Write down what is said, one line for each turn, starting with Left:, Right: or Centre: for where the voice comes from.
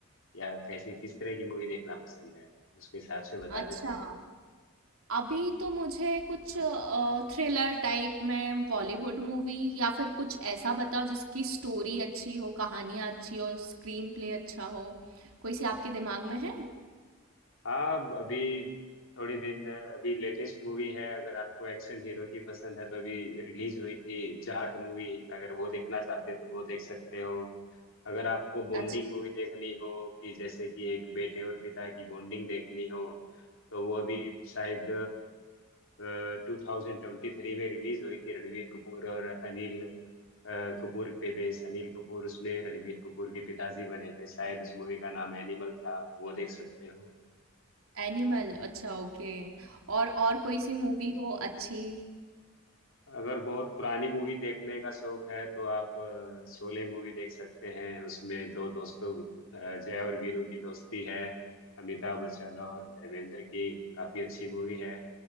Left: या कैसी किस तरह की मूवी देखना पसंद है उसके हिसाब से बता
Right: अच्छा
Left: देते हैं
Right: अभी तो मुझे कुछ थ्रिलर टाइप में बॉलीवुड मूवी या फिर कुछ ऐसा बताओ जिसकी स्टोरी अच्छी हो कहानियाँ अच्छी हो स्क्रीन प्ले अच्छा हो कोई सी आपके दिमाग में है
Left: हाँ अभी थोड़ी दिन अभी लेटेस्ट मूवी है अगर आपको एक्शन हीरो की पसंद है तो अभी रिलीज हुई थी जाट मूवी अगर वो देखना चाहते हैं तो वो देख सकते हो अगर आपको बॉन्डिंग
Right: अच्छा
Left: मूवी देखनी हो कि जैसे कि एक बेटे और पिता की बॉन्डिंग देखनी हो तो वो अभी शायद 2023 में रिलीज हुई थी रणवीर कपूर और अनिल अ, कपूर पे बेस अनिल कपूर उसमें रणवीर कपूर के पिताजी बने थे शायद उस मूवी का नाम एनिमल था वो देख सकते हो
Right: एनिमल अच्छा ओके और
Left: हाँ।
Right: और कोई सी मूवी हो अच्छी
Left: अगर बहुत पुरानी मूवी देखने का शौक है तो आप अ, शोले मूवी देख सकते हैं उसमें दो दोस्तों अ, जय और वीरू की दोस्ती है अमिताभ बच्चन और धर्मेंद्र की काफी अच्छी मूवी है